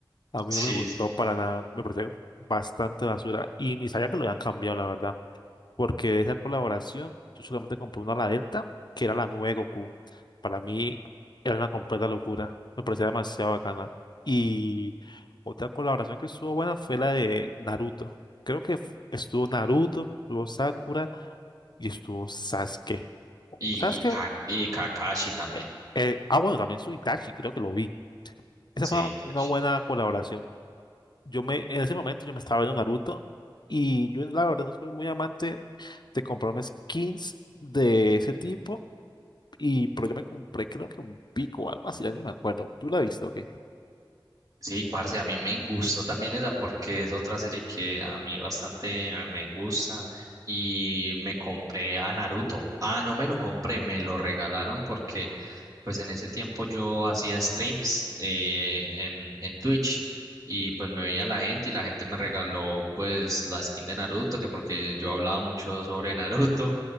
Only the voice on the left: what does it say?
A mí
no me gustó
para nada, me parecía bastante basura y ni sabía que lo habían cambiado, la verdad, porque de esa colaboración yo solamente compré una la Delta, que era la nueva Goku. Para mí era una completa locura, me parecía demasiado bacana. Y otra colaboración que estuvo buena fue la de Naruto. Creo que f- estuvo Naruto, estuvo Sakura y estuvo Sasuke.
¿Sabes
qué?
Eh, eh, ah, bueno, también su Itachi, creo que lo vi. Esa
fue
una buena colaboración yo me, en ese momento yo me estaba viendo Naruto y yo la verdad no soy muy amante de comprarme skins de ese tipo y pero yo me compré creo que un pico o algo así, ya ni me acuerdo. ¿Tú la viste o qué?